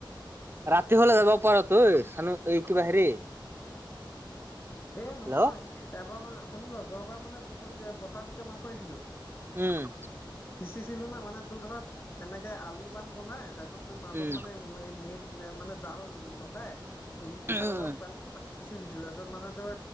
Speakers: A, on the right (about 25°); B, on the left (about 30°).
A: ৰাতি হ'লে যাব পৰা <unintelligible> চানো এই কিবা হেৰি।
B: এ নহয়
A: হেল্ল'
B: এবাৰ মানে শুনিলা যোৱা বাৰ মানে পুখুৰীত পথাৰত এতিয়া মাছ মাৰিছিলোঁ।
A: উম।
B: সিঁচিছিলো না মানে তোৰ ধৰ, এনেকে আলি বান বনাই তাৰপিছত মাজত
A: উম।
B: মানে এই নেট মানে জাল লগাই, ই-
A: উম,
B: ইফালৰ পৰা পানী সিচি দিছোঁ তাৰপাছত মানে তোৰ